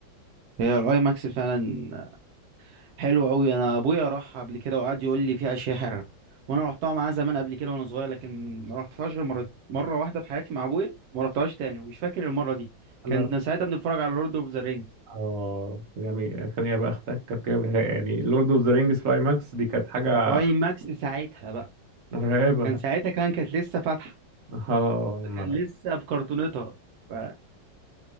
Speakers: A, on the right (about 70°); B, on the right (about 50°).
A: هي الاي ماكس فعلا حلوه قوي انا ابويا راح قبل كده وقعد يقول لي فيها اشياء حلوه وانا رحتها معاه زمان قبل كده وانا صغير لكن ما رحتهاش غير مره مره واحده في حياتي مع ابويا ما رحتهاش تاني ومش فاكر المره دي كان
B: أنا رحت
A: ساعتها بنتفرج على لورد اوف ذا رينجز
B: آه جميل خليني أبقى أختك كركبة يعني لورد أوف ذا رينجز في ماكس دي كانت حاجة
A: واي ماكس ساعتها بقى
B: مرعبة
A: كان ساعتها كان كانت لسه فاتحه
B: <laughs> آه يا نهار
A: كان
B: أبيض.
A: لسه بكرتونتها ف-